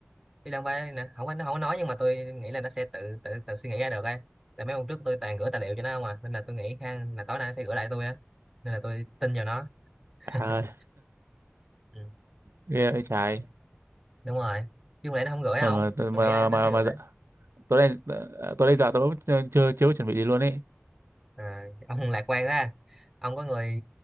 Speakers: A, in the centre; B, on the right.
A: đi đang phải nè, không có nó không có nói nhưng mà tôi nghĩ là nó sẽ tự tự tự suy nghĩ ra được ấy. Tại mấy hôm trước tôi toàn gửi tài liệu cho nó không à, nên là tôi nghĩ khá là tối nay nó sẽ gửi lại tôi á. Nên là tôi tin vào nó. <laughs>
B: À, ơi,
A: Ừ.
B: ghê ơi trái.
A: Đúng rồi. Nhưng mà nó không gửi
B: Ờ,
A: không?
B: t-
A: Tôi
B: mà
A: nghĩ là nó
B: mà
A: sẽ
B: mà
A: gửi.
B: dạ- tối nay ờ, tối nay giờ tôi cũng chưa chưa chưa có chuẩn bị gì luôn ấy.
A: À, ông lạc quan ra. Ông có người